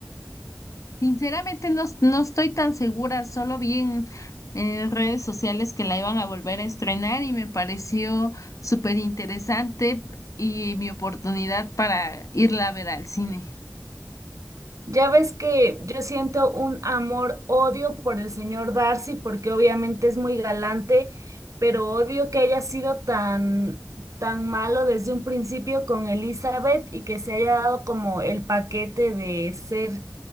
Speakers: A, on the left; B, on the right.
A: Sinceramente no, no estoy tan segura, solo vi en, en redes sociales que la iban a volver a estrenar y me pareció súper interesante y mi oportunidad para irla a ver al cine.
B: Ya ves que yo siento un amor-odio por el señor Darcy, porque obviamente es muy galante, pero odio que haya sido tan, tan malo desde un principio con Elizabeth y que se haya dado como el paquete de ser